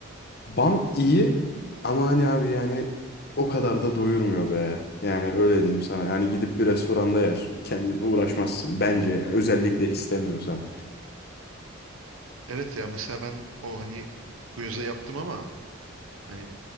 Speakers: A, on the left; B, on the right.
A: ban iyi ama hani abi yani o kadar da doyurmuyor be. Yani öyle diyeyim sana. Hani gidip bir restoranda yersin. Kendin uğraşmazsın bence yani. Özellikle istemiyorsan.
B: Evet ya mesela ben o hani gyoza yaptım ama hani